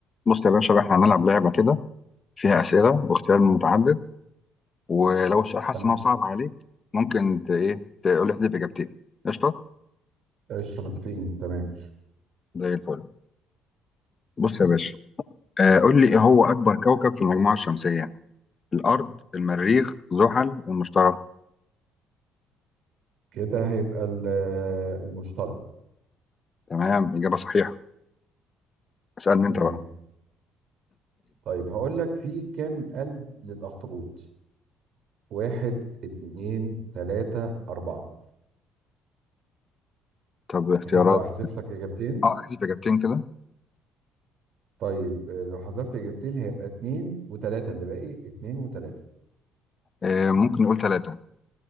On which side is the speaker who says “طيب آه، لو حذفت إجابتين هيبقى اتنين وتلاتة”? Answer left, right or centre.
Right